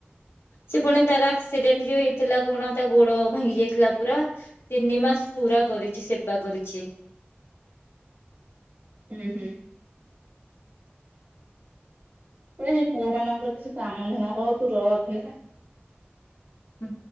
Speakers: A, on the left (about 75°); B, on the right (about 45°).
A: ସେ ପୁଣି ତାର ଆକ୍ସିଡେଣ୍ଟ ଯୋଉ ହେଇଥିଲା କଣ ତା ଗୋଡ ଭାଙ୍ଗି ଯାଇଥିଲା ପୁରା ତିନି ମାସ ପୁରା କରିଛି ସେବା କରିଛି।
B: ହୁଁ ହୁଁ। ଏ ପୁଅ ମାନଙ୍କର କିଛି କାମ ଧନ୍ଦା ହଉ ତୁ ରଖ ହେଲା।
A: ହୁଁ।